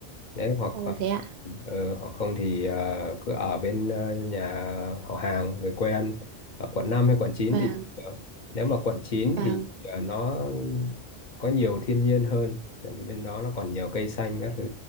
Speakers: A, on the left (about 50°); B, on the right (about 80°).
A: đấy hoặc
B: Ồ thế ạ.
A: ờ, hoặc không thì ờ, cứ ở bên ờ, nhà họ hàng người quen ở quận 5 hay quận chín
B: Vâng,
A: thì ờ, nếu mà quận chín
B: vâng,
A: thì ờ, nó có nhiều thiên nhiên hơn tại vì bên đó nó còn nhiều cây xanh các thứ